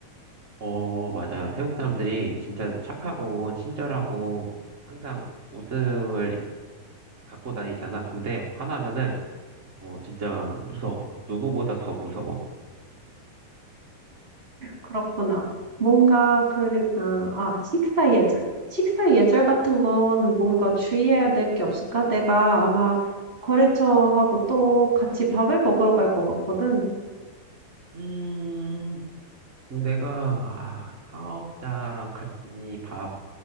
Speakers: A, on the right (about 40°); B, on the right (about 15°).
A: 어, 맞아요. 태국 사람들이 진짜 착하고 친절하고 항상 웃음을 갖고 다니잖아. 근데 화나면은 어, 진짜 무서워. 누구보다 더 무서워.
B: 그렇구나. 뭔가 그러면 아 식사 예절. 식사 예절 같은 건 뭔가 주의해야 될 게 없을까? 내가 아마 거래처하고 또 같이 밥을 먹으러 갈 것 같거든.
A: 음. 내가 아, 사업자랑 같이 밥